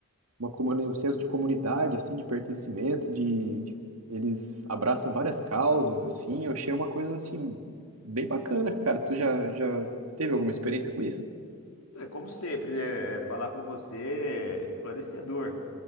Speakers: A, on the right; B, on the left.
A: uma comuni- um senso de comunidade, assim, de pertencimento, de, de- eles abraçam várias causas, assim. Eu achei uma coisa assim bem bacana, cara. Tu já já teve alguma experiência com isso?
B: É como sempre, né? é, Falar com você é esclarecedor,